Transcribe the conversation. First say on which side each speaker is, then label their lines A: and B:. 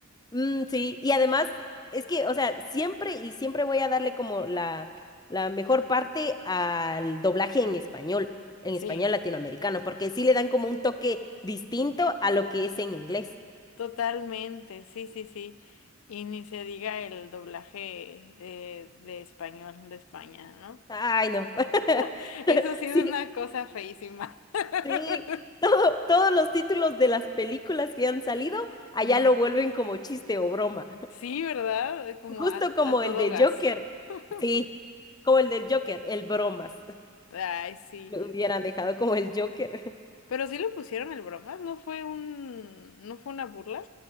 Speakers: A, on the left; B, on the left.
A: Mm, sí, y además, es que, o sea, siempre y siempre voy a darle como la, la mejor parte al doblaje en español, en
B: Sí,
A: español latinoamericano, porque sí le dan como un toque distinto a lo que es en inglés.
B: totalmente, sí, sí, sí. Y ni se diga el doblaje eh, de español de España, ¿no?
A: Ay, no. <laughs>
B: <laughs> Eso sí es
A: sí.
B: una cosa feísima. <laughs>
A: Sí, todo, todos los títulos de las películas que han salido, allá
B: Ajá.
A: lo vuelven como chiste o broma. <laughs>
B: Sí, ¿verdad? Como
A: Justo
B: a,
A: como
B: a todo
A: el de
B: gas.
A: Joker.
B: <laughs>
A: Sí, como el del Joker, el bromas. <laughs>
B: Ay, sí.
A: Lo hubieran dejado como el Joker. <laughs>
B: Pero sí lo pusieron el bromas, ¿no fue un, no fue una burla?